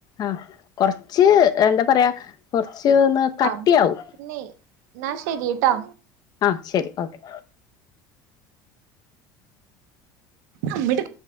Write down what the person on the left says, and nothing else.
ആഹ് കൊറച്ച് എന്താ പറയാ കൊറച്ച് ഒന്ന് കട്ടിയാവും.
ആഹ് ശരി ഓക്കെ